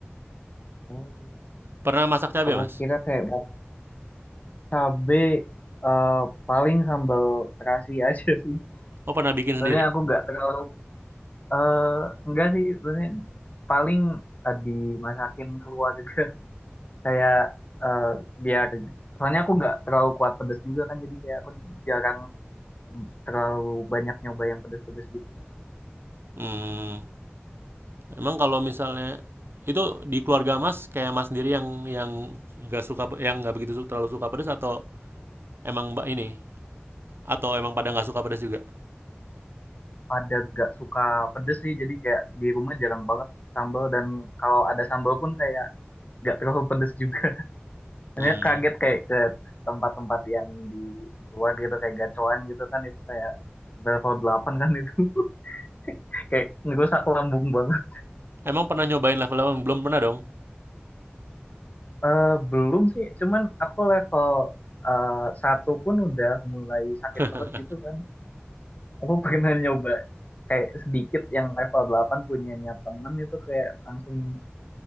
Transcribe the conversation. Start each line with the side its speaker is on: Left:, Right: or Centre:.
Left: Oh iya.
Right: Pernah masak cabai
Left: Aku
Right: Mas?
Left: kira kayak mau Cabe eh, paling sambal terasi <laughs> aja sih.
Right: Oh, pernah bikin
Left: Soalnya
Right: sendiri?
Left: aku nggak terlalu eh enggak sih Soalnya paling eh, dimasakin keluarga <laughs> kayak eh, biar soalnya aku nggak terlalu kuat pedas juga kan jadi kayak aku jarang em, terlalu banyak nyoba yang pedas-pedas gitu.
Right: Hmm, emang kalau misalnya itu di keluarga Mas kayak Mas sendiri yang yang nggak suka yang nggak begitu su- terlalu suka pedas atau emang Mbak ini Atau emang pada nggak suka pedas juga?
Left: Pada nggak suka pedas sih jadi kayak di rumah jarang banget sambal dan kalau ada sambal pun kayak nggak terlalu pedas juga. Hanya
Right: Mmm,
Left: kaget kayak ke tempat-tempat yang di luar gitu kayak gacoan gitu kan itu kayak level 8 kan itu <laughs> kayak ngerusak lambung banget.
Right: emang pernah nyobain level 8? Belum pernah dong?
Left: Eh belum sih, cuman aku level eh, satu pun udah mulai sakit
Right: <laughs>
Left: perut gitu kan. Aku <laughs> pernah nyoba kayak sedikit yang level 8 punyanya temen itu kayak langsung